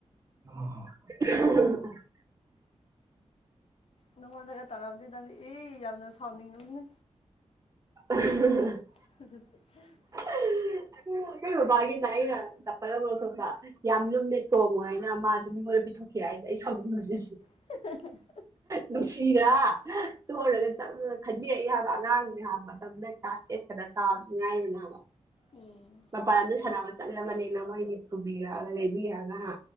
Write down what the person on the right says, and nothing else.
<inaudible>
<inaudible>
ꯑꯩꯈꯣꯏ ꯕꯕꯥꯒꯤꯅꯦ ꯑꯩꯅꯥ ꯆꯞꯄꯜ ꯑꯃꯥ ꯂꯧꯊꯣꯛꯄꯦ ꯥꯝ ꯂꯨꯝꯃꯦ ꯇꯣꯞ ꯃꯥꯏꯅ ꯃꯥꯁꯦ ꯃꯤꯉꯣꯟꯗ ꯄꯤꯊꯣꯛꯈꯤ ꯍꯥꯏꯁꯦ ꯑꯩ ꯁꯥꯎꯅꯤꯡꯕꯁꯤ
ꯅꯨꯡꯁꯤꯔ ꯇꯣꯛꯎꯔꯒ ꯆꯝꯅꯥ ꯈꯟꯕꯤꯔꯛꯏ ꯍꯥꯏꯕ ꯑꯉꯥꯡꯅꯦ ꯍꯥꯏꯕꯅꯤ ꯃꯇꯝꯗꯥ ꯑꯩ ꯀ꯭ꯂꯥꯁ ꯥ ꯇꯦꯟ ꯈꯛꯇꯡ ꯀꯥꯕꯇꯥ ꯉꯥꯏꯔꯤ ꯍꯥꯏꯕ
ꯃꯄꯥꯟ ꯂꯝꯗ ꯁꯥꯟꯅꯕ ꯆꯠꯂꯕꯅꯦꯅ ꯃꯣꯏꯗꯤ ꯄꯨꯕꯤꯔꯛꯑꯒ ꯂꯩꯕꯤꯔꯛꯒ ꯍꯥ